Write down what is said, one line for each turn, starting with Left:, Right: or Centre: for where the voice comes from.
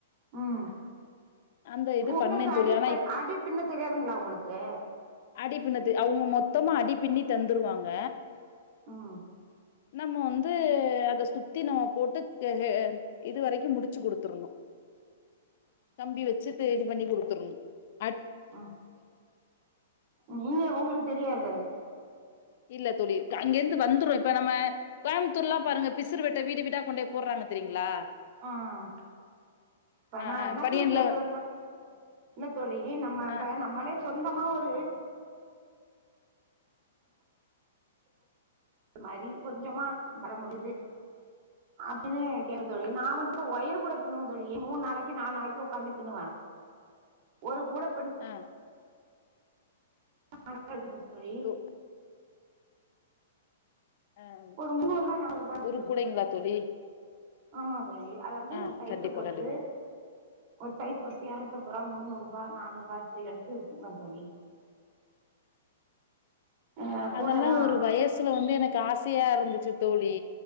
Right: உம்
Left: அந்த இது
Right: உங்களுக்கு
Left: பண்ணே
Right: அடி
Left: தோழி ஆனா
Right: அடி பின்ன தெரியாதுங்களா உங்களுக்கு
Left: அடி பின்னது அவங்க மொத்தமா அடி பின்னி தந்துருவாங்க
Right: உம்
Left: நம்ம வந்து அத சுத்தி நம்ம போட்டு ஹ இதுவரைக்கும் முடிச்சு குடுத்துரோணும் கம்பி வச்சிட்டு இது பண்ணி குடுக்கணும் தந்துருனம்
Right: உம் நீங்க உங்களுக்கு தெரியாது அது
Left: இல்ல தோழி அங்கிருந்து வந்துரும் இப்ப நம்ம கோயமுத்தூர் எல்லா பாருங்க பிசுரு வெட்டை வீடு வீடா கொண்டே போடுறாங்க தெரியீங்களா
Right: ஆஹ் இப்ப நான்
Left: ஆ
Right: என்னத்துக்கு
Left: பனியன்ல
Right: கேக்குறேனா இல்ல தோழி ஏய் நம்ம
Left: ஆ
Right: நம்மளே சொந்தம் ஆமா ஒரு அது மாரி கொஞ்சமா பர முடியுது அப்டின்னு கேள் தோழி நான் வந்து ஒயரு கூடை பின்வேன் தோழி மூணு நாளைக்கு நாலு நாளைக்கு உக்காந்து பின்னுவேன் ஒரு கூடை
Left: ஆஹ்
Right: <unintelligible> தோழி
Left: து ஆஹ்
Right: ஒரு முன்னூறுபா நானூறுபா வித்துருவே
Left: ஒரு கூடைங்களா தோழி
Right: ஆமா அதாவது
Left: ஆ
Right: சைஸ
Left: கண்டிப்பா
Right: பொறுத்து
Left: கண்டிப்பா.
Right: ஒரு சைஸ்ச பொறுத்து இருனூத்து ஐம்பது‌ ரூபா முன்னூறு ரூபா‌ நானூறு ரூபா இப்டி எடுத்து வித்துப்பேன் தோழி ஆ
Left: அதெல்லாம்
Right: கூடலா
Left: ஒரு வயசுல வந்து எனக்கு ஆசையா இருந்துச்சு தோழி